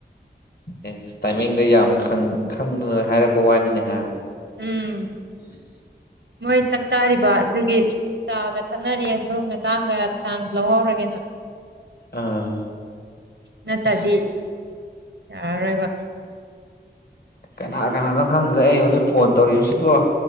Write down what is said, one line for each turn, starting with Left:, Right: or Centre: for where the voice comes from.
Left: ꯑꯦꯁ ꯇꯥꯏꯃꯤꯡꯗ ꯌꯥꯝ ꯈꯪ ꯈꯪꯗꯅ ꯍꯥꯏꯔꯛꯄ ꯋꯥꯅꯤꯅꯦ ꯍꯥꯏ <unintelligible>
Right: ꯎꯝ ꯃꯣꯏ ꯆꯥꯛ ꯆꯥꯔꯤꯕ ꯑꯗꯨꯒꯤ ꯆꯥꯒ ꯊꯛꯅꯔꯤ ꯑꯗꯨ ꯃꯇꯥꯡꯗ ꯆꯥꯟꯁ ꯂꯧꯍꯧꯔꯒꯦꯅ
Left: ꯑꯥ
Right: ꯅꯠꯇꯗꯤ
Left: ꯑꯁ
Right: ꯌꯥꯔꯔꯣꯏꯕ
Left: ꯀꯅꯥ ꯀꯅꯥꯅꯣ ꯈꯪꯗ꯭ꯔꯦ ꯑꯩꯅ ꯍꯧꯖꯤꯛ ꯐꯣꯟ ꯇꯧꯔꯤꯕꯁꯦꯀꯣ